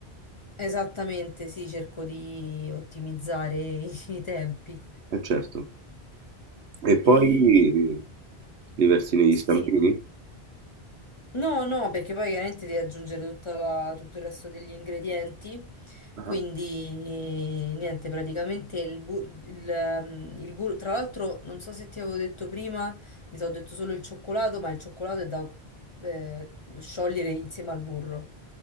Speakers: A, on the left; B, on the right.
A: Esattamente, sì, cerco di ottimizzare i, i tempi.
B: Eh certo. E poi
A: E, e-
B: li versi negli
A: sì,
B: stampini?
A: no, no, perché poi chiaramente devi aggiungere tutta la- tutto il resto degli ingredienti,
B: Ah,
A: quindi niente, praticamente il burro, il, ehm, il bur- tra l'altro non so se ti avevo detto prima, mi sono detto solo il cioccolato, ma il cioccolato è da eh, sciogliere insieme al burro.